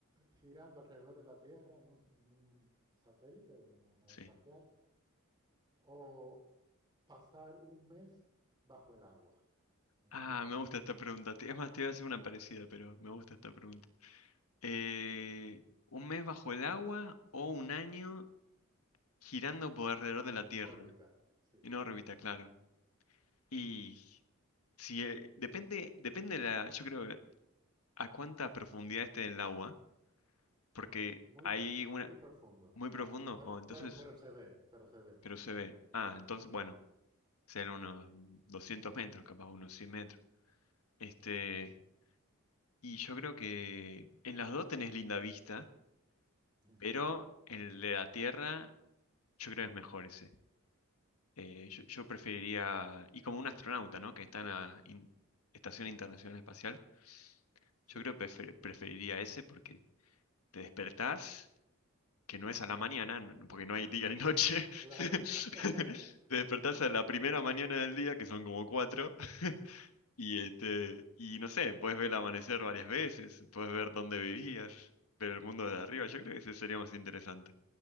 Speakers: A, on the right; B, on the left.
A: girando alrededor de la Tierra en un, en un satélite o una nave
B: sí.
A: espacial? o pasar un mes bajo el agua en
B: Ah,
A: un submarino,
B: me gusta esta pregunta. Te- Es más, te iba a hacer una parecida, pero me gusta esta pregunta. Eh, ¿un mes bajo el agua o un año girando por alrededor de la
A: en
B: Tierra?
A: órbita, sí,
B: En órbita, claro. Y si eh, depende, depende la, yo creo, que a cuánta profundidad esté en el agua. porque
A: muy,
B: hay una
A: muy profundo,
B: muy profundo,
A: pero,
B: o entonces,
A: pero, pero se ve, pero se ve,
B: pero se ve. Ah, entonces, bueno, serán unos 200 metros, capaz unos 100 metros. Este, y yo creo que en las dos tenés linda vista, pero
A: sí,
B: en el de la Tierra yo creo que es mejor ese. Eh, yo, yo preferiría, y como un astronauta, ¿no? Que está en la in- Estación Internacional Espacial,
A: sí,
B: yo creo que prefer- preferiría ese porque te despertás que no es a la mañana, n- porque no hay día ni noche,
A: claro.
B: <laughs>
A: <laughs>
B: te despertás a la primera mañana del día, que son como cuatro, <laughs> y este, y no sé, puedes ver el amanecer varias veces, puedes ver dónde vivías, pero el mundo de arriba, yo creo que ese sería más interesante.